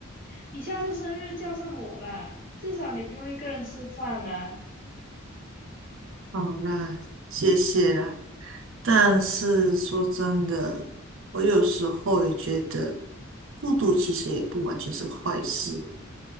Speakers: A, on the left; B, on the right.
A: 你下次生日叫上我啦，至少你不用一个人吃饭啦。
B: 啊！好啦，谢谢啦。但是说真的，我有时候也觉得，孤独其实也不完全是个坏事。